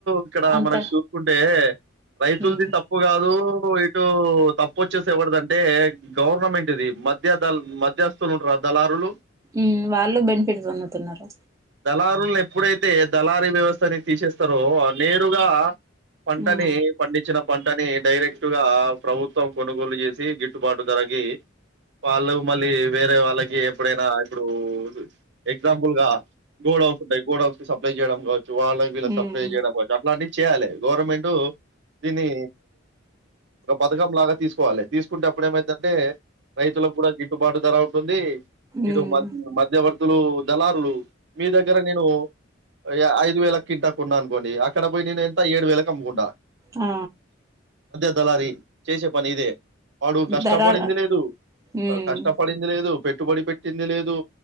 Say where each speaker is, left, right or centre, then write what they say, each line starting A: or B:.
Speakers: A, on the right; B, on the right.
A: ఇక్కడ
B: అంత
A: మనం చూసుకుంటే రైతులుది
B: మ్మ్
A: తప్పు కాదు ఇటు తప్పు వచ్చేసి ఎవరిదంటే గవర్నమెంట్ది మధ్య ద మధ్యస్థులు ఉంటారు ఆ దళారులు
B: ఉమ్ వాళ్ళు బెనిఫిట్ పొందుతున్నారు
A: దళారులను ఎప్పుడైతే దళారీ వ్యవస్థని తీసేస్తారో నేరుగా పంటని
B: మ్మ్
A: పండించిన పంటని డైరెక్ట్గా ప్రభుత్వం కొనుగోలు చేసి గిట్టుబాటు ధరకి వాళ్ళకు మళ్ళీ వేరే వాళ్ళకి ఎప్పుడైనా ఇప్పుడు ఎగ్జాంపుల్గా గోడ్ హౌస్ ఉంటయి గోడౌస్ కి సప్లై చేయడం కావచ్చు వాళకు వీళ్ళకి
B: ఉమ్
A: సప్లై చేయడం కావచ్చు అట్లాంటి చేయ్యాలే గవర్నమెంటట్ దీన్ని ఒక పథకం లాగా తీసుకోవాలి తీసుకుంటే అప్పుడు ఏమైతదంటే రైతులకు కూడా గిట్టుబాటు ధర అవుతుంది ఇటు
B: ఉమ్
A: మ్య మధ్యవర్తులు దళారులు మీ దగ్గర నేను యా ఐదు వేల కింటకొన్నాను అనుకోండి అక్కడ పోయి నేను ఎంత ఏడు వేలకి కమ్ముకుంట
B: ఆ
A: దలారి చేసే పని ఇదే వాడు కష్టపడింది
B: ధరాల
A: లేదు
B: ఉమ్
A: ఆ కష్టపడింది లేదు పెట్ పెట్టుబడి పెట్టింది లేదు